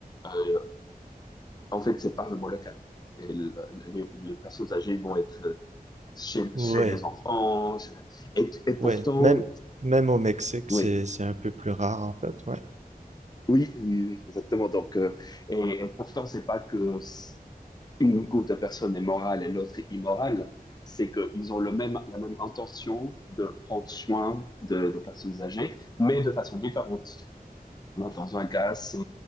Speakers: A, on the left; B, on the right.
A: euh, en fait, c'est pas vraiment le cas. Et le- les, les personnes âgées vont être chez,
B: Ouais,
A: chez les enfants. chez- Et, et pourtant,
B: ouais. Même, même au Mexique, c'est,
A: oui,
B: c'est un peu plus rare, en fait, ouais.
A: oui, oui, oui, exactement. Donc, euh, et, et pourtant, c'est pas que s- une groupe de personnes est morale et l'autre est immorale. C'est qu'ils ont le même, la même intention de prendre soin de, de personnes âgées, mais de façon différente. Alors, Dans un cas, c'est